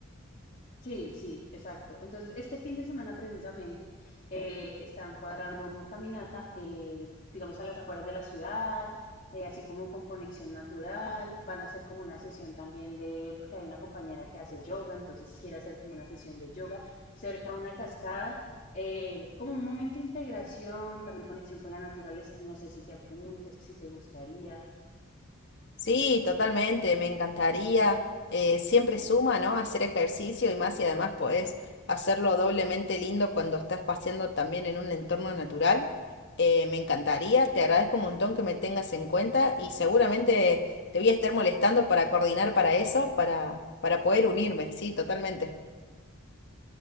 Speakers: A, on the left (about 35°); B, on the left (about 55°).
A: Sí, sí, exacto. Entonces, este fin de semana precisamente eh, están cuadrando una caminata, eh, digamos, a las afueras de la ciudad, eh, así como con conexión natural. Van a hacer como una sesión también de, porque hay una compañera que hace yoga, entonces quiere hacer como una sesión de yoga cerca de una cascada, eh, como un momento de integración, también conexión con la naturaleza. No sé si te apuntes, si te gustaría.
B: Sí, totalmente, me encantaría. eh, siempre suma, ¿no? Hacer ejercicio y más y además podés hacerlo doblemente lindo cuando estás paseando también en un entorno natural. Eh, me encantaría, te agradezco un montón que me tengas en cuenta y seguramente te voy a estar molestando para coordinar para eso, para, para poder unirme, sí, totalmente.